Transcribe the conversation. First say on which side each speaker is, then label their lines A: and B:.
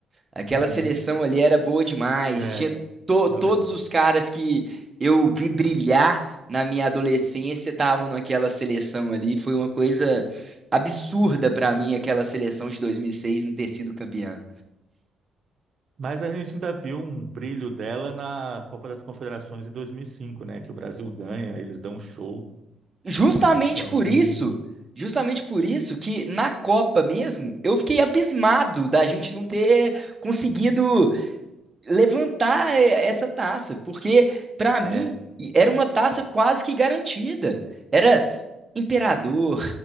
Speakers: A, on the right; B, on the right.
A: Aquela
B: Uhum.
A: seleção ali era boa demais.
B: É,
A: Tinha to-
B: eu
A: todos
B: lembro.
A: os caras que eu vi brilhar na minha adolescência estavam naquela seleção ali. Foi uma coisa absurda pra mim aquela seleção de 2006 não ter sido campeã.
B: Mas a gente ainda viu um brilho dela na Copa das Confederações em 2005, né? Que o Brasil ganha, eles dão um show.
A: Justamente
B: Então,
A: por isso, justamente por isso que na Copa mesmo, eu fiquei abismado da gente não ter conseguido levantar eh, essa taça, porque para mim
B: é,
A: e- era uma taça quase que garantida. Era Imperador,